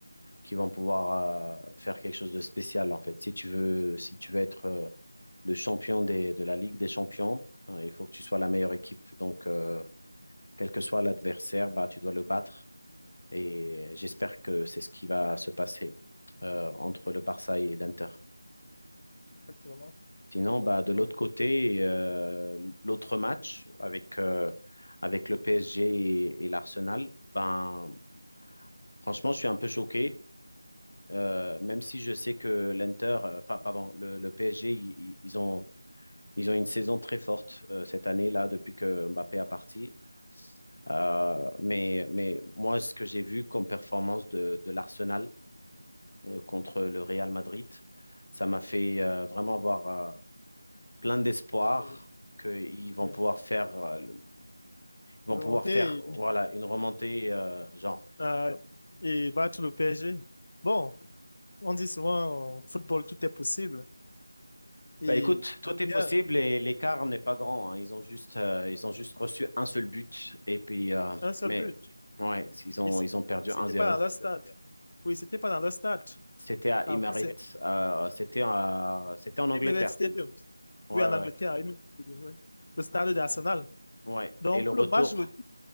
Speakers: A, on the left; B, on the left.
A: qui vont pouvoir euh, faire quelque chose de spécial, en fait. Si tu veux, si tu veux être euh, le champion des, de la Ligue des champions, hein, il faut que tu sois la meilleure équipe. Donc, euh, quel que soit l'adversaire, bah, tu dois le battre. Et j'espère que c'est ce qui va se passer euh, entre le Barça et l'Inter.
B: Effectivement.
A: Sinon, bah,
B: Donc, tu
A: de
B: peux
A: l'autre
B: faire-
A: côté, euh, l'autre match avec, euh, avec le PSG et, et l'Arsenal, ben, franchement, je suis un peu choqué. Euh, même si je sais que l'Inter, euh, enfin, pardon, le, le PSG, ils, ils ont, ils ont une saison très forte euh, cette année-là depuis que Mbappé a parti. Euh, mais, mais moi, ce que j'ai vu comme performance de, de l'Arsenal euh, contre le Real Madrid, ça m'a fait euh, vraiment avoir euh, plein d'espoir
B: oui,
A: qu'ils vont
B: oui.
A: pouvoir faire, euh, le- ils vont
B: Remonter
A: pouvoir faire
B: et,
A: voilà, une remontée euh, genre.
B: euh, et battre le PSG. Bon, on dit souvent en football, tout est possible. Et
A: Bah écoute, tout
B: derrière,
A: est possible et l'écart n'est pas grand. hein. Ils ont juste, euh, ils ont juste reçu un seul but et puis, euh,
B: un seul
A: mais
B: but.
A: ouais, ils ont,
B: Et c-
A: ils ont perdu
B: c'était
A: un zéro
B: pas dans leur stade. Oui, c'était pas dans leur stade.
A: C'était à
B: En
A: Emirates,
B: plus, c'est
A: euh, c'était euh, c'était en Angleterre.
B: Emirates Stadium.
A: Ouais,
B: Oui, en Angleterre.
A: ouais.
B: Emirates Stadium, oui. Le stade d'Arsenal.
A: Ouais.
B: Donc,
A: Et le
B: pour
A: retour,
B: le match retour,